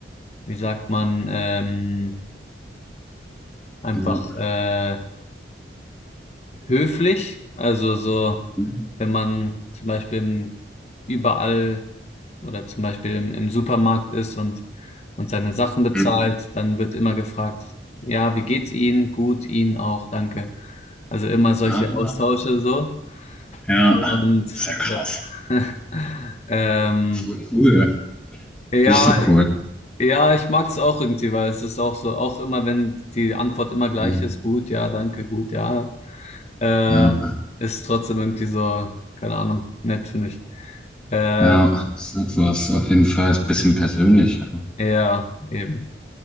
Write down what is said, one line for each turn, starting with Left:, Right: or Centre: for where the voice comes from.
Left: wie sagt man, ähm, einfach
Centre: ja,
Left: äh, höflich. Also so,
Centre: hm,
Left: wenn man zum Beispiel im, überall oder zum Beispiel im, im Supermarkt ist und, und seine Sachen bezahlt,
Centre: hm.
Left: dann wird immer gefragt, ja, wie geht's Ihnen? Gut, Ihnen auch, danke. Also immer solche
Centre: Ah,
Left: Austausche so.
Centre: ja,
Left: Und
Centre: sehr krass.
Left: äh, <laughs> ähm,
Centre: Voll cool.
Left: ja,
Centre: Richtig cool.
Left: Ja, ich mag es auch irgendwie, weil es ist auch so, auch immer, wenn die Antwort immer gleich
Centre: Mhm.
Left: ist, gut, ja, danke, gut, ja, äh,
Centre: Ja,
Left: ist trotzdem irgendwie so, keine Ahnung, nett, finde ich. Äh,
Centre: ja, sowas auf jeden Fall ist ein bisschen persönlicher.
Left: ja, eben.